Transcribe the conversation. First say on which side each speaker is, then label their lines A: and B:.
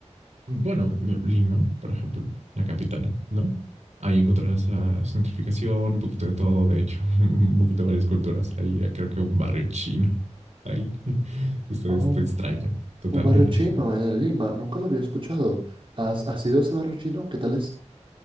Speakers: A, on the right; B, on the right.
A: bueno, Lima, por ejemplo, la capital, ¿no? Ahí encontrarás la gentrificación, un poquito de todo, de hecho, <laughs> un poquito de varias culturas. Ahí creo que un barrio chino, ahí <laughs> está,
B: Oh,
A: está extraño, totalmente.
B: un barrio chino en Lima, nunca lo había escuchado. ¿Has, has ido a ese barrio chino? ¿Qué tal es?